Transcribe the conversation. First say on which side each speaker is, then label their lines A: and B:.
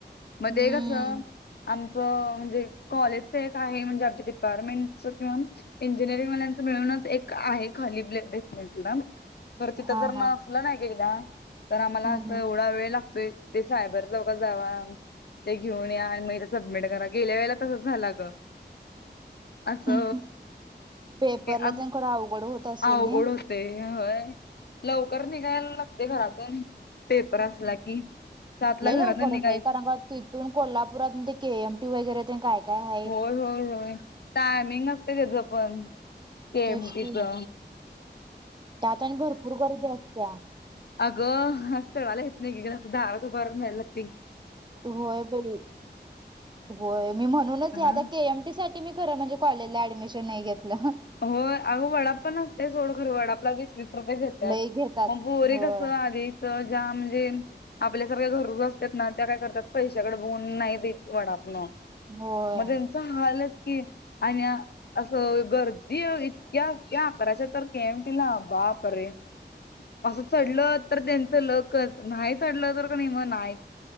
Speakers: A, on the left; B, on the right.
A: मध्ये
B: हम्म
A: कसं, आमचं म्हणजे- कॉलेजचं एक आहे, म्हणजे आमच्या डिपार्टमेंटच किंवा- इंजिनिअरिंग वाल्यानच मिळूनच, एक आहे खालीे बेसमेंटला. जर तिथं
B: हा
A: जर
B: हा
A: नसलं ना एक-एकदा तर आम्हाला
B: हम्म
A: असं एवढा वेळ लागतोय- ते सायबर चौकात जावा- ते घेऊन या आणि मग ते सबमिट करा, गेल्या वेळेला तसंच झालं अगं. असं
B: हम्म पेपरला
A: अं
B: तेन खरं अवघड होत असेल
A: अवघड
B: नई.
A: हो- तय होय, लवकर निघायला लागतय घरातून. पेपर असला की, सातला
B: लई लवकर
A: घरातून निघायच-
B: बाई कारण का तिथून कोल्हापुरातन ते के एमह टी वगैरे, तेन काय, काय हाय.
A: होय, होय, होय, टायमिंग नसतय त्याच पण के
B: तेच
A: एम टी
B: की
A: च.
B: त्यात आणि भरपूर गर्दी असत्या.
A: अगं असं चढायला येत नाय की गं असं दारात उभारून यायला लागतय.
B: होय बई होय मी म्हणूनच
A: हा
B: ह्या त्या के एम टी साट ठी मी खरं म्हणजे कॉलेजला ऍडमिशन नाय घेतलं.
A: होय अगं वडाप पण असतय सोड खर वडापला बी वीस रुपये घेतात
B: लई घेतात
A: म पोरी
B: होय
A: कस आधी त ज्या म्हणजे आपल्या सारख्या गरजू असतात ना त्या काय करतात पैशाकड बगून नाही देत वडाप न
B: होय
A: म ते त हालच की आणि असं गर की ओ इतक्या त्या अकराच्या तर के एम टी ला बापरे! असं चढलं तर त्यांचं लकच नाही चढलं तर क नी म नाय.